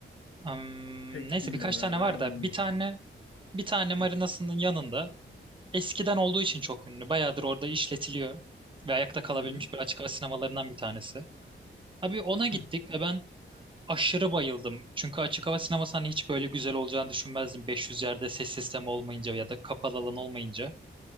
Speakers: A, on the right; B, on the left.
A: Hmm,
B: Pek
A: neyse
B: bilmiyorum
A: birkaç
B: herhalde.
A: tane var
B: Yalan
A: da
B: olmasın.
A: bir tane bir tane
B: Hı
A: marinasının yanında eskiden olduğu için çok ünlü. Bayağıdır orada işletiliyor ve ayakta kalabilmiş
B: hı hı
A: bir açık hava sinemalarından bir tanesi. Abi ona gittik
B: hı
A: ve ben aşırı bayıldım. Çünkü açık hava sineması hani hiç böyle güzel olacağını düşünmezdim. 500 yerde ses sistemi olmayınca ya da kapalı alan olmayınca.